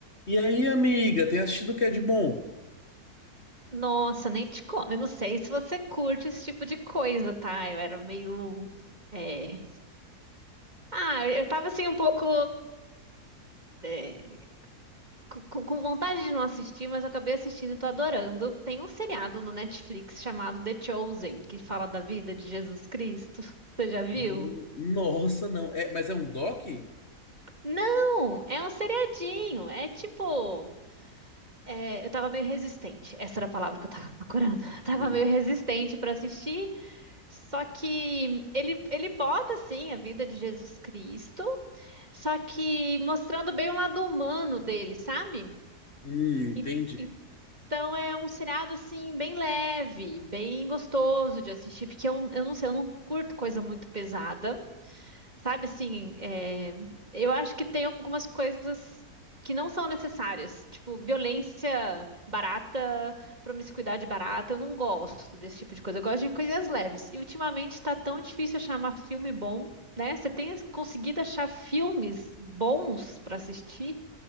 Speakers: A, on the left; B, on the right.
A: E aí, amiga, tem assistido o que é de bom?
B: Nossa, nem te conto. Eu não sei se você curte esse tipo de coisa, tá? Eu era meio. é, Ah, eu tava assim um pouco. é, Com, com vontade de não assistir, mas eu acabei assistindo e tô adorando. Tem um seriado no Netflix chamado The Chosen, que fala da vida de Jesus Cristo. <laughs> Você já viu?
A: Hum, Nossa, não. É, mas é um doc?
B: Não! É um seriadinho. É tipo. é, eu tava meio resistente. Essa era a palavra que eu tava procurando. <laughs> Eu tava
A: Hum,
B: meio resistente pra assistir. Só que ele, ele bota, assim, a vida de Jesus Cristo, só que mostrando bem o lado humano dele, sabe?
A: hum, entendi.
B: E- Então é um seriado, assim, bem leve, bem gostoso de assistir, porque eu, eu não sei, eu não curto coisa muito pesada. Sabe assim, é, eu acho que tem algumas coisas que não são necessárias, tipo violência barata, promiscuidade barata. Eu não gosto desse tipo de coisa. Eu gosto de coisas leves. E ultimamente tá tão difícil achar um filme bom, né? Você tem conseguido achar filmes bons pra assistir,